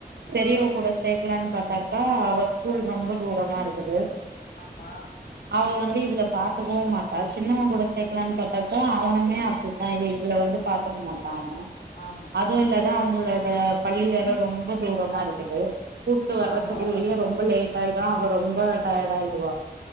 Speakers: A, on the right; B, on the left.
A: பெரியவ
B: ஆ
A: கூட சேக்லான் பாத்தாக்கா அவ ஸ்கூல் ரொம்ப
B: ஆ,
A: தூரமா இருக்குது
B: ஆமா
A: அவ வந்து இவள பாத்துக்கவு மாட்டா சின்னவ கூட சேக்கலானு பாத்தாக்கா அவனுமே அப்டித்தா இதுல இவள வந்து பாத்துக்க மாட் டாங்க
B: ஆமா
A: அதுவு இல்லாத
B: அதுல
A: அவுங்களோட பள்ளி வேற ரொம்ப தூரமா இருக்குது கூப்ட்டு வர்ரதுக்குள்ளயே
B: ஆமா
A: ரொம்ப லேட் டாயிடு அவ ரொம்ப டயர்டாயிடுவா